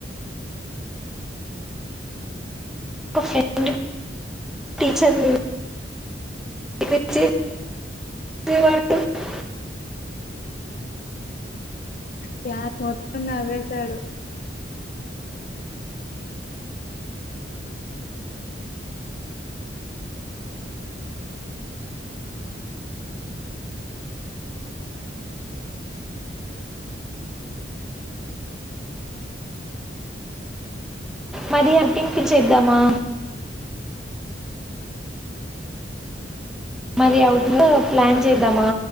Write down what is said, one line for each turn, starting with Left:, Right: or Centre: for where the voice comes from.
Centre: <unintelligible> టీచర్ <inaudible>
Left: క్లాస్ మొత్తం నవ్వేశాడు
Centre: మాది అర్థంకి చేద్దామా మాది అవుట్ లో ప్లాన్ చేద్దామా